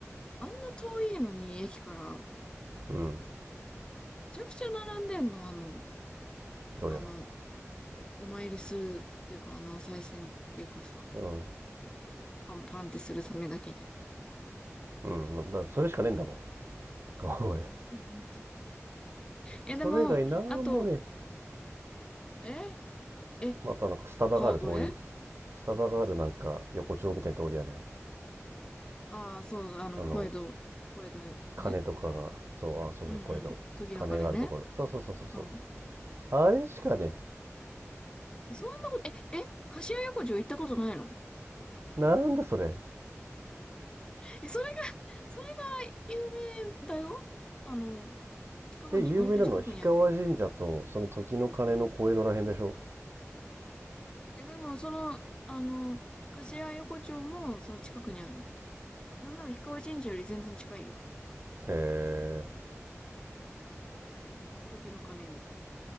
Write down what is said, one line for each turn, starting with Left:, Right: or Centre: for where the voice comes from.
Left: あんな遠いのに駅から、
Right: うん
Left: めちゃくちゃ並んでんの、あの、
Right: どれは
Left: あの、お参りするっていうか、あの、お賽銭っていうかさ、
Right: うん
Left: パンパンってするためだけに。
Right: うんまだからそれしかねえんだもん川越
Left: <laughs> うんいや、
Right: それ以外なんもねえ
Left: でも、あと、ええ
Right: あとなんかスタバがある通り
Left: 川越
Right: スタバがあるなんか横丁みたいな通りあるやん
Left: ああー、そうそう、あの、
Right: あの
Left: 小江戸、小江戸よ、ね。
Right: 鐘とかがそうあそうそう小江戸鐘があるところそうそうそうそうそう
Left: うんうん。時の鐘ね。うん。
Right: あれしかね
Left: そんなこと、え、え、柏屋横丁行ったことないの
Right: えなんだそれ
Left: え、それが、それが有名だよ。あの、近くに、
Right: で有名なのは氷川神社とその時の鐘の小江戸らへんでしょ
Left: 割と近くにあるけど。え、でも、その、あの、柏横丁も、その近くにある。なんなら氷川神社より全然近いよ。
Right: へえ
Left: 時の鐘に。